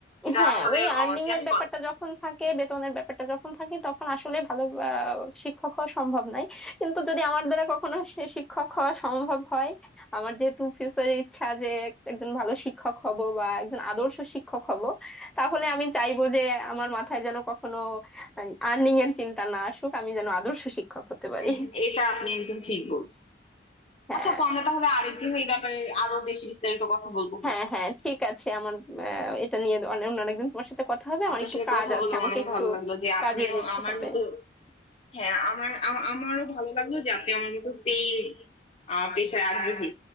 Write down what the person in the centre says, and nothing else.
হ্যাঁ
ওই আর্নিং
এর ব্যাপারটা
যখন থাকে বেতনের ব্যাপারটা যখন থাকে তখন আসলে ভালো আহ, শিক্ষক হওয়া সম্ভব নয় কিন্তু যদি আমার দ্বারা কখনো সে শিক্ষক হওয়া সম্ভব হয় আমার যেহেতু ফিউচারের ইচ্ছা যে একজন ভালো শিক্ষক হব বা একজন আদর্শ শিক্ষক হব তাহলে আমি চাইবো যে আমার মাথায় যেন কখনো আর্নিং এর চিন্তা না আসুক আমি যেন আদর্শ শিক্ষক হতে পারি
হ্যাঁ
হ্যাঁ হ্যাঁ ঠিক আছে আমার আহ, এটা নিয়ে অন্য অন্য একদিন তোমার সাথে কথা হবে আমার
একটু
কাজ
আছে
আমাকে
একটু
কাজে
যেতে
হবে